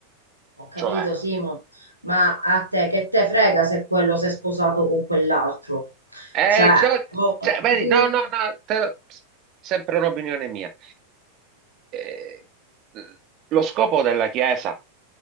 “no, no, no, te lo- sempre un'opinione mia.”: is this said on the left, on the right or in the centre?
Right